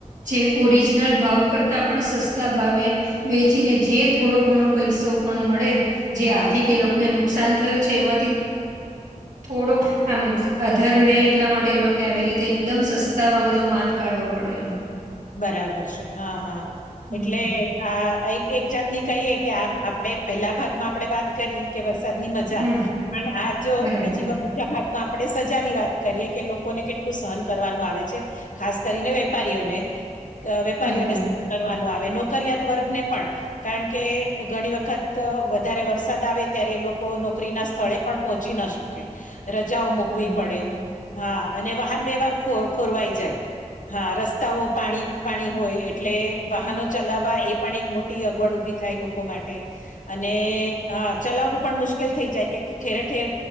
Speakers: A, on the right (about 75°); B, on the left (about 80°).
A: જે ઓરિજનલ ભાવ કરતા પણ સસ્તા ભાવે વહેચીને જે થોડો ઘણો પૈસો પણ મળે, જે
B: હા.
A: આર્થિક એ લોક ને નુકસાન થયું છે એમાંથી, થોડોક આમ અધર રહે એટલા માટે એ લોક કોએ આવી રીતે એકદમ સસ્તા માં બધો માલ કાઢવો પડેલો.
B: બરાબર છે હા, હા
A: હમ
B: એટલે આ એક-એક જાત ની કહીએ કે આમ આપણેે પહેલા ભાગમાં આપણે વાત કરી ઈકે વરસાદની મજા.
A: હા
B: અને આ જો
A: બરાબર
B: બીજી વ બીજા ભાગમાં પડે સજા ની વાત કરીએ કે લોકોને કેટલું સહન કરવાનું આવે છે, ખાસ કરીને વેપારીઓને. કે વેપારીઓને
A: બરાબર
B: <inaudible> કરવાનું આવે, નોકરિયાત વર્ગને પણ કારણ કે ઘણી વખત વધારે વરસાદ આવે ત્યારે એ લોકો નોકરી ના સ્થળે પણ પહોંચી ન શકે. કે. રજાઓ મુકવી
A: બરાબર
B: પડે. હા, અને વાહન વ્યવહાર ખો ખોરવાઈ જાય. હા, રસ્તાઓ પાણી-પાણી હોય એટલે વાહનો ચલાવવા એ પણ એક મોટી અગવડ ઉભી થાય લોકો માટે. અને હા ચલાવવું પણ મુશ્કેલ થઈ જાય, કે ઠેર-ઠેર